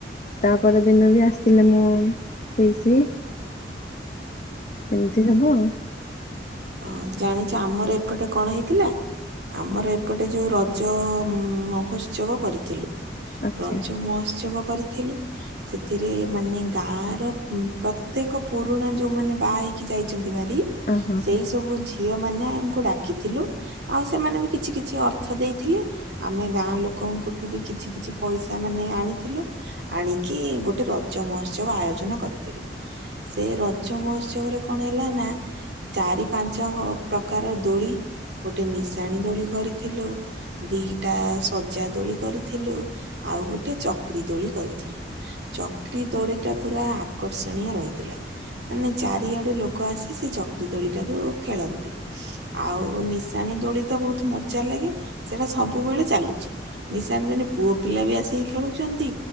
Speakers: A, on the left (about 40°); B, on the right (about 70°).
A: ତା ପରଦିନ ବି ଆସିଥିଲେ ମୋ ପିଇସୀ। ଏମିତି ସବୁ ଆଉ।
B: ଆଉ ଜାଣିଛ ଆମର ଏପଟେ କଣ ହେଇଥିଲା? ଆମର ଏପଟେ ଯୋଉ ରଜଅ-ଅ ମହୋତ୍ସବ କରିଥିଲୁ।
A: ଆଚ୍ଛା
B: ରଜ ମହୋତ୍ସବ କରିଥିଲୁ। ସେଥିରେ ମାନେ ଗାଁଆର ପ୍ରତ୍ୟେକ ପୁରୁଣା ଯୋଉମାନେ ବାହା ହେଇକି ଯାଇଛନ୍ତି ଭାରି
A: ଅ ହଁ
B: ସେଇ
A: ହଁ
B: ସବୁ ଝିଅ ମାନଙ୍କୁ ଡାକିଥିଲୁ ଆଉ ସେମାନେ ବି କିଛି କିଛି ଅର୍ଥ ଦେଇଥିଲେ ଆମେ ଗାଁ ଲୋକଙ୍କୁ ଙ୍କଠୁ ବି କିଛି କିଛି ପଇସା ମାନେ ଆଣିଥିଲୁ, ଆଣିକି ଗୋଟେ ରଜ ମହୋତ୍ସବ ଆୟୋଜନ କରିଥିଲୁ ସେ ରଜ ମହୋତ୍ସବରେ କଣ ହେଲା ନା ଚାରି ପାଞ୍ଚ ପ୍ରକାରର ଦୋଳି ଗୋଟେ ନିଶାଣି ଦୋଳି କରିଥିଲୁ। ଦିଟା ସଜା ଦୋଳି କରିଥିଲୁ ଆଉ ଗୋଟେ ଚକ୍ରି ଦୋଳି କରିଥିଲୁ। ଚକ୍ରି ଦୋଳିଟା ପୁରା ଆକ୍ ଆକର୍ଷଣୀୟ ରହିଥିଲା ମାନେ ଚାରିଆଡୁ ଲୋକ ଆସି ସେ ଚକ୍ ଦୋଳି ଟାକୁ ଖେଳନ୍ତି। ଆଉ ନିଶାଣି ଦୋଳି ତ ବହୁତ ମଜା ଲାଗେ। ସେଟା ସବୁବେଳେ ଚାଲୁଚି। ନିଶାଣି ଦୋଳି ପୁଅ ପିଲା ବି ଆସିକି ଖେଳୁଛନ୍ତି।